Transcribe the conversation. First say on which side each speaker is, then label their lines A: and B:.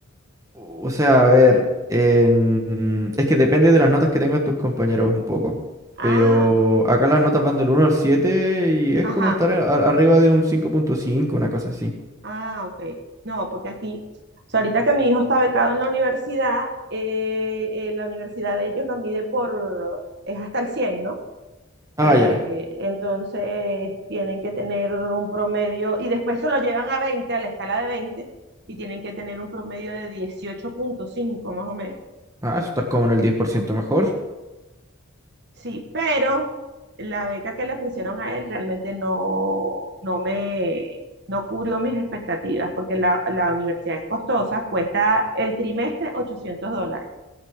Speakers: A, on the right (about 15°); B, on the right (about 50°).
A: O sea, a ver, en- es que depende de las notas que tengan tus compañeros un poco.
B: Ah,
A: Pero acá las notas van del uno al 7 y es
B: ajá,
A: como estar a- arriba de un cinco punto cinco, una cosa así.
B: ah, ok. No, porque aquí, o sea, ahorita que mi hijo está becado en la universidad, eh, eh, la universidad de ellos lo mide por, es hasta el cien ¿no? Eh,
A: Ah, ya.
B: entonces tienen que tener un promedio y después se lo llevan a 20, a la escala de 20 y tienen que tener un promedio de dieciocho punto cinco más o menos.
A: Ah, eso estar como en el 10% mejor.
B: Sí, pero la beca que le ofrecieron a él realmente no, no me, no cubrió mis expectativas porque la, la universidad es costosa, cuesta el trimestre 800 dólares,